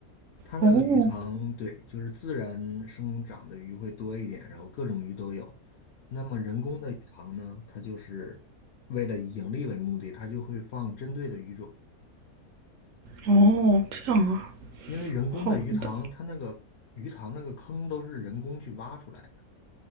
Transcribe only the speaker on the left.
它那个鱼塘，
对，就是自然生长的鱼会多一点，然后各种鱼都有。那么人工的鱼塘呢，它就是为了以盈利为目的，它就会放针对的鱼种。
因为人工的鱼塘，
它那个鱼塘那个坑都是人工去挖出来的，